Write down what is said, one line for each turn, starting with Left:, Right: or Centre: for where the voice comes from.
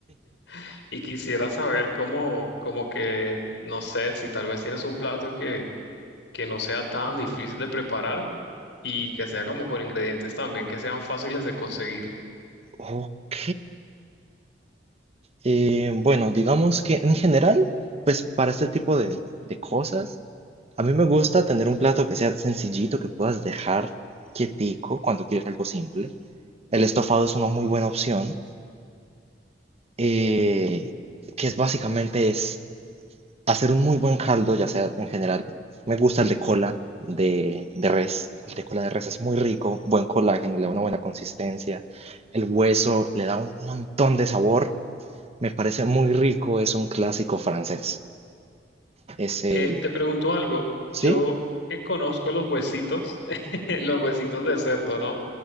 Left: <laughs> y quisiera saber cómo, como que, no sé, si tal vez tienes un plato que que no sea tan difícil de preparar y que sea como con ingredientes también que sean fáciles de conseguir.
Right: ok. Eh, bueno, digamos que en general, para este tipo de, de cosas, a mí me gusta tener un plato que sea sencillito, que puedas dejar quietico cuando quieres algo simple. El estofado es una muy buena opción, eh, que es básicamente es hacer un muy buen caldo, ya sea en general, me gusta el de cola de, de res. El de cola de res es muy rico, buen colágeno, le da una buena consistencia. El hueso le da un montón de sabor. Me parece muy rico, es un clásico francés. Es el,
Left: Eh, te pregunto algo. Yo
Right: ¿sí?
Left: eh, conozco los huesitos, <laughs> los huesitos de cerdo, ¿no?